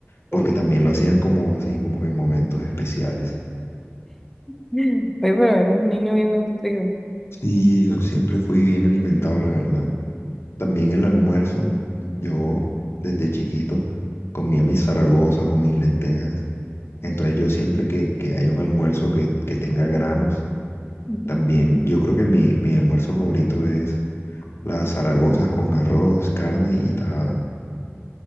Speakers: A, on the left; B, in the centre.
A: porque
B: Uy.
A: también lo hacían como así, como que en momentos especiales.
B: <laughs> Oye, pero era un niño bien nutrido.
A: Sí, yo siempre fui bien alimentado, la verdad. También el almuerzo, yo desde chiquito comía mis zaragozas o mis lentejas. Entonces yo siempre que, que hay un almuerzo que, que tenga granos,
B: Ujú,
A: también yo creo que mi, mi almuerzo favorito es las zaragozas con arroz, carne y tajada.